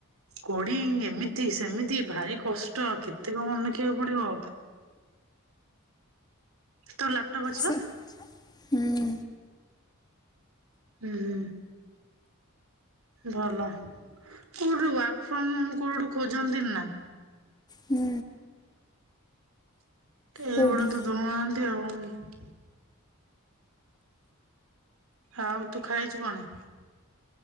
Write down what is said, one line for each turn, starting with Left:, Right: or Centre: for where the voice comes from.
Right: କୋଡିଙ୍ଗ ଏମିତି ସେମିତି ଭାରି କଷ୍ଟ କେତେ କଣ ମନେ ରଖିବାକୁ ପଡିବ। ତୋର ଲାପଟପ୍ ଅଛି
Left: ହୁଁ
Right: ପା?
Left: ହୁଁ।
Right: ଉଁ ହୁଁ। ଭଲ କୋଉଠି ୱାର୍କ ଫ୍ରମ ହୋମ କୋଉଠୁ ଖୋଜନ୍ତି ନା?
Left: ହୁଁ।
Right: କେହି
Left: କୋଉଠି
Right: ଗୋଟେ ତ ଦଉନାହାନ୍ତି ଆଉ। ଆଉ ତୁ ଖାଇଚୁ କଣ?